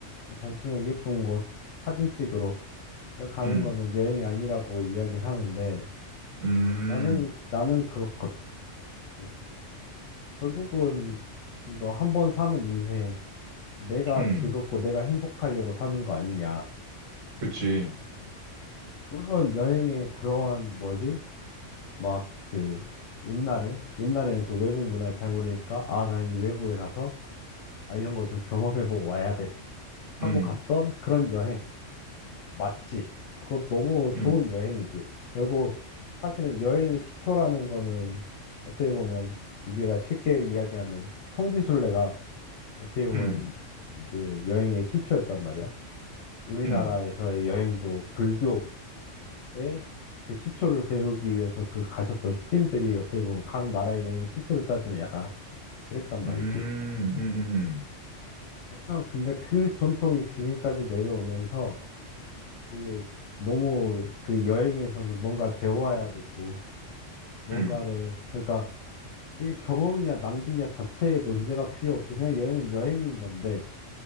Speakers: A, on the left; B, on the right.
A: 단순히 예쁜 곳 사진 찍으러 가는
B: 음,
A: 거는 여행이 아니라고 이야기를 하는데
B: 음,
A: 나는 나는 그렇거든. 네, 결국은 이거 한 번 사는 인생 내가
B: 음,
A: 즐겁고 내가 행복하려고 사는 거 아니냐.
B: 그치.
A: 물론 여행에 그러한 뭐지? 막 그 옛날에 옛날에는 그 외국 문화를 잘 모르니까 아, 나 이 외국에 가서 아 이런 걸 좀 경험해보고 와야 돼 하고
B: 음,
A: 갔던 그런 여행 맞지? 그거 너무 좋은
B: 음,
A: 여행이지. 결국 사실은 여행의 시초라는 거는 어떻게 보면 우리가 쉽게 이야기하는 성지순례가 어떻게 보면
B: 음,
A: 그 여행의 시초였단 말이야. 우리나라에서의
B: 음,
A: 여행도 불교 예, 그 시초를 배우기 위해서 그 가셨던 스님들이 어떻게 보면 각 나라의 여행의 시초를 따지면 약간 그랬단 말이지.
B: 음, 음, 음, 음,
A: 약간 근데 그 전통이 지금까지 내려오면서 이게 너무 그 여행에서는 뭔가를 배워야 되고 뭔가를
B: 음,
A: 그러니까 이게 경험이냐 낭비냐 자체의 논제가 필요 없이 그냥 여행은 여행인 건데